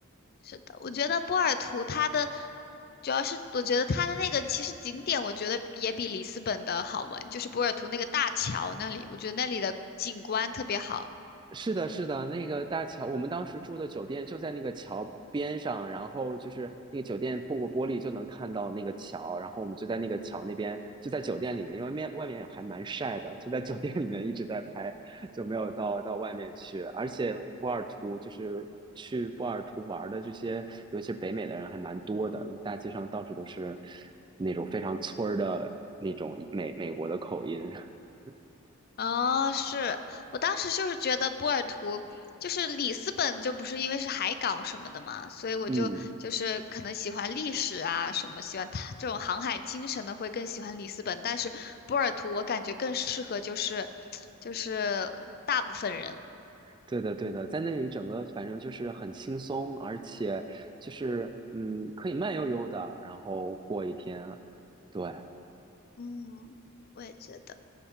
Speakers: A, on the left; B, on the right.
A: 是的，我觉得波尔图它的主要是，我觉得它的那个其实景点，我觉得也比里斯本的好玩，就是波尔图那个大桥那里，我觉得那里的景观特别好。
B: 是的，是的，那个大桥，我们当时住的酒店就在那个桥边上，然后就是那个酒店透过玻璃就能看到那个桥，然后我们就在那个桥那边，就在酒店里面，因为面外面还蛮晒的，就在酒店里面一直在拍，就没有到到外面去。而且波尔图就是去波尔图玩的这些，尤其是北美的人还蛮多的，就大街上到处都是那种非常村儿的那种美美国的口音，<laughs>
A: 哦，是我当时就是觉得波尔图就是里斯本，就不是因为是海港什么的嘛，所以我就就是可能喜欢历史啊什么，
B: 嗯。
A: 喜欢它这种航海精神的会更喜欢里斯本，但是波尔图我感觉更适合就是 <tsk> 就是大部分人。
B: 对的，对的，在那里整个反正就是很轻松，而且就是嗯，可以慢悠悠的，然后过一天啊。对
A: 嗯，我也觉得。